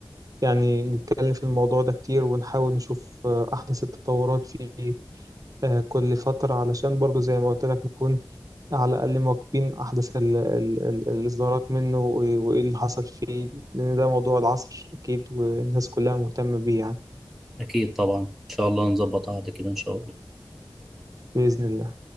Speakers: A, on the right; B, in the centre.
A: يعني نتكلم في الموضوع ده كتير ونحاول نشوف آه، أحدث التطورات في آه، كل فترة علشان برضو زي ما قلت لك نكون على الأقل مواكبين أحدث ال- ال- ال- الإصدارات منه و- وإيه اللي حصل فيه لأن ده موضوع العصر أكيد والناس كلها مهتمة بيه يعني
B: اكيد طبعا ان شاء الله نظبط قعدة كده ان شاء الله
A: بإذن الله